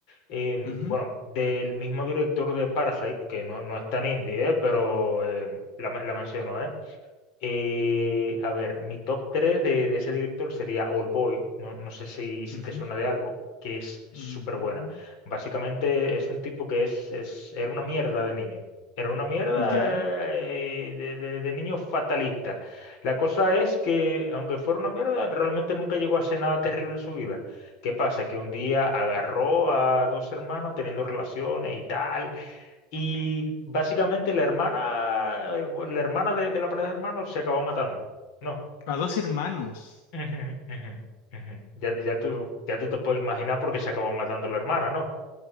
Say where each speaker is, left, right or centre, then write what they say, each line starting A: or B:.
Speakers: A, on the left; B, on the left.
A: Em,
B: Ujú,
A: bueno, del mismo director de Parasite, que no, no es tan indie, eh, pero em, la, la menciono, eh, eh, a ver, mi top 3 de, de ese director sería Old Boy, no, no sé si, si
B: ujú,
A: te suena de algo, que es súper
B: ujú.
A: buena. Básicamente es un tipo que es, es- era una mierda de niño, era una mierda
B: Ya.
A: eh, de, de- de niño fatalista. La cosa es que, aunque fuera una mierda, realmente nunca llegó a hacer nada terrible en su vida. ¿Qué pasa? Que un día agarró a dos hermanos teniendo relaciones y tal y básicamente la hermana, eh, bu- la hermana de, de la pareja de hermanos se acabó matando. No.
B: A dos hermanos.
A: Ujú, ujú, ujú. Ya, ya tú, ya tú te puedes imaginar por qué se acabó matando la hermana, ¿no?